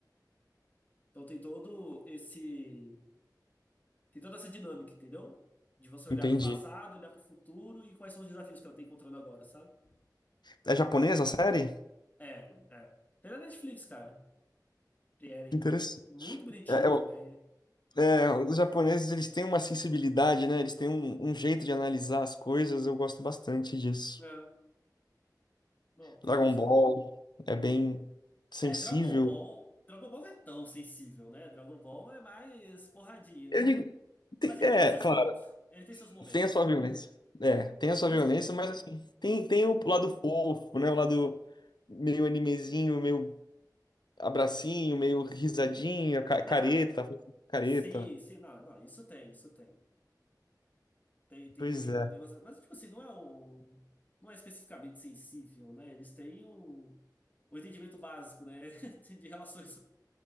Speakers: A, on the left (about 25°); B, on the left (about 75°).
A: Então tem todo esse, tem toda essa dinâmica, entendeu? De você olhar
B: Entendi.
A: pro passado, olhar pro futuro e quais são os desafios que ela tá encontrando agora, sabe?
B: É japonesa a série?
A: É, é. Tem na Netflix, cara. Eren.
B: Interessante.
A: Muito bonitinho
B: É, é o-
A: também.
B: é, os japoneses, eles têm uma sensibilidade, né? Eles têm um, um jeito de analisar as coisas. Eu gosto bastante disso.
A: É, não, tem
B: Dragon
A: isso.
B: Ball é bem sensível.
A: É, Dragon Ball. Dragon Ball não é tão sensível, né? Dragon Ball é mais porradinha.
B: Eu digo, tem-
A: Mas ele
B: é,
A: tem seus
B: claro.
A: pontos. Ele tem seus momentos.
B: Tem a sua violência. É, tem a sua
A: Às
B: violência,
A: vezes-
B: mas assim, tem, tem o lado fofo, né? O lado meio animezinho, meio abracinho, meio risadinha, ca- careta,
A: Ah,
B: careta.
A: sim, sim, não, não, isso tem, isso tem. Tem, tem,
B: Pois
A: tem.
B: é.
A: negócio- Mas, tipo assim, não é um. Não é especificamente sensível, né? Eles têm um, um entendimento básico, né? <laughs> De relações